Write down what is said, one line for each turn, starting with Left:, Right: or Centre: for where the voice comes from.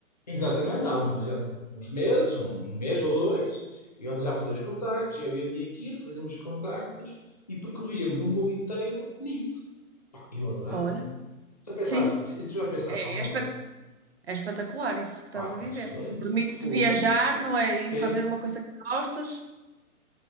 Left: exatamente, há um, por exemplo, uns meses, um, um mês ou dois, eu já fazia os contactos, eu e a minha equipe fazíamos os contactos e percorríamos o mundo inteiro nisso. Pá, eu adorava.
Right: Olha,
Left: Já pensaste,
Right: sim,
Left: e tu já pensaste
Right: é,
Left: alguma
Right: é espet-
Left: coisa?
Right: é espetacular isso que estás
Left: Pá,
Right: a dizer.
Left: era excelente,
Right: Permite-te
Left: fogo,
Right: viajar, não é? E
Left: sim,
Right: fazer uma coisa que gostas.